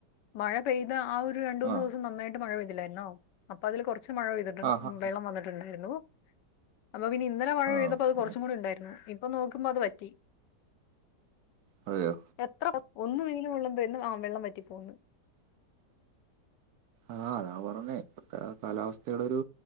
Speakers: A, on the left (about 80°); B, on the right (about 70°).
A: മഴ പെയ്ത് ആ ഒ രു രണ്ടു മൂന്ന്
B: ആ
A: ദിവസം നന്നായിട്ട് മഴ പെയ്തില്ലായിരുന്നോ. അപ്പൊ അതില് കുറച്ച് മഴ പെയ്തിട്ട്ണ്ട്.
B: ആ ആ
A: വെള്ളം വന്നിട്ടുണ്ടായിരുന്നു. അപ്പൊ പിന്നെ ഇന്നലെ മഴ
B: ആ
A: പെയ്തപ്പോ അത്
B: പിന്നെ
A: കുറച്ചും കൂടി ഉണ്ടായിരുന്നു. ഇപ്പൊ നോക്കുമ്പോ അത് വറ്റി.
B: അതെയോ?
A: എത്ര ഒന്നു വെയില് കൊള്ളുമ്പേൻ ആ വെള്ളം വറ്റി പോകുന്ന്
B: ആഹ് അതാ പറഞ്ഞേ ഇപ്പത്തെ കാലാവസ്ഥയുടെ ഒരു